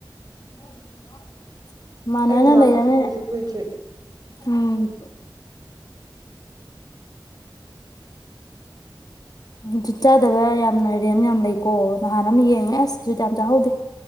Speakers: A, on the left; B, on the right.
A: <inaudible>
B: ꯑꯩꯩꯗꯤ ꯂꯥꯛꯄꯁꯨ
A: ꯂꯩꯔꯅꯤꯅ
B: ꯀꯨꯏꯁꯨ ꯀꯨꯏꯗ꯭ꯔꯤ
A: ꯎꯝ ꯖꯨꯠ ꯆꯥꯗꯕ ꯌꯥꯝꯅ ꯔꯦꯟꯠ ꯌꯥꯝ ꯂꯩꯀꯣ ꯅꯍꯥꯟ ꯑꯃ ꯌꯦꯡꯉꯦ ꯑꯁ ꯖꯨꯠ ꯌꯥꯝ ꯆꯥꯍꯧꯗꯦ